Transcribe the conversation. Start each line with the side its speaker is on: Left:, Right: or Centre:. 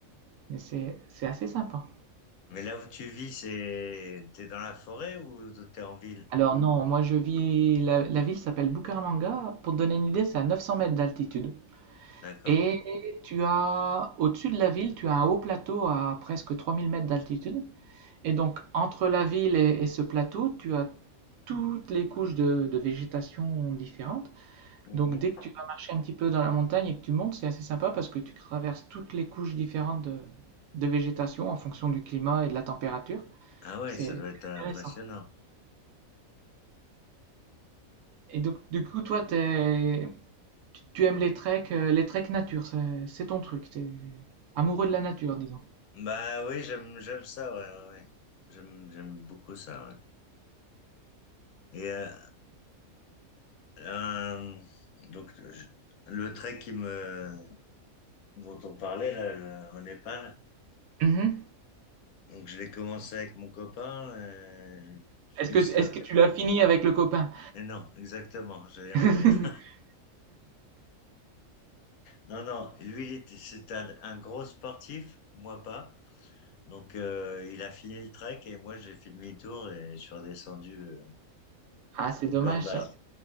Right: mais c'est c'est assez sympa.
Left: là où tu vis, c'est t'es dans la forêt ou t'es en ville?
Right: Alors non, moi je vis, la, la ville s'appelle Bucaramanga, pour te donner une idée, c'est à 900 mètres d'altitude.
Left: D'accord.
Right: Et tu as, au-dessus de la ville, tu as un haut plateau à presque 3000 mètres d'altitude. Et donc, entre la ville et, et ce plateau, tu as toutes les couches de, de végétation différentes.
Left: Mhm.
Right: Donc, dès que tu vas marcher un petit peu dans la montagne et que tu montes, c'est assez sympa parce que tu traverses toutes les couches différentes de, de végétation en fonction du climat et de la température.
Left: Ah ouais,
Right: C'est
Left: ça doit être
Right: c'est
Left: impressionnant.
Right: intéressant. Et donc, du coup, toi, t'es- tu tu aimes les treks, euh, les treks nature, c'est c'est ton truc. T'es amoureux de la nature, disons.
Left: Bah oui, j'aime j'aime ça, ouais, ouais. ouais. J'aime j'aime beaucoup ça. ouais. Et euh, euh, donc je- le trek qui me dont on parlait là le- au Népal,
Right: Mhm.
Left: donc je l'ai commencé avec mon copain. euh,
Right: Est-ce
Left: lui
Right: que, est-ce
Left: ça.
Right: que tu l'as fini avec le copain?
Left: Et non, exactement. J'allais
Right: <laughs>
Left: en venir. Non, non, lui, il était- c'était un, un gros sportif, moi pas. Donc, euh, il a fini le trek et moi, j'ai fait demi-tour et je suis redescendu euh,
Right: Ah, c'est
Left: au
Right: dommage
Left: camp de base.
Right: ça.